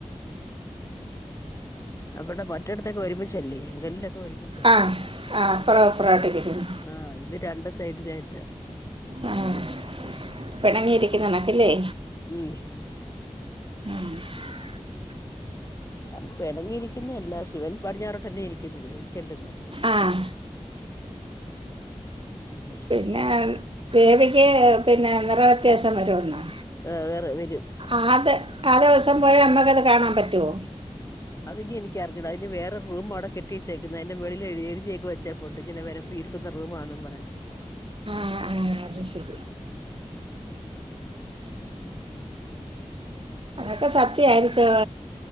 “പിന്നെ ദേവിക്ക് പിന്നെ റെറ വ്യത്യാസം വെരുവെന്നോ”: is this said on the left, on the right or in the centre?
Right